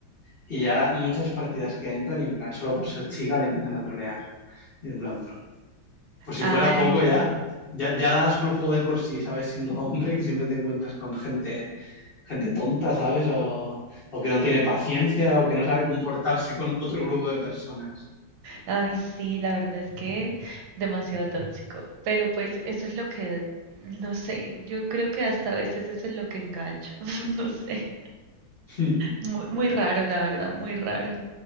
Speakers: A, on the left; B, on the right.
A: y ya muchas partidas que entran y en plan, solo por ser chica le empiezan a trolear. Y en plan, bro. Por si
B: Ay,
A: fuera poco ya, ya, ya das con el juego de por sí, ¿sabes? Siendo hombre, que siempre te encuentras con gente, gente tonta, ¿sabes? O, o que no tiene paciencia o que no sabe comportarse con otro grupo de personas.
B: ay, sí, la verdad es que demasiado tóxico. Pero pues eso es lo que, no sé, yo creo que hasta a veces eso es lo que engancha. <laughs> No sé.
A: Hmm.
B: Muy, muy raro, la verdad, muy raro.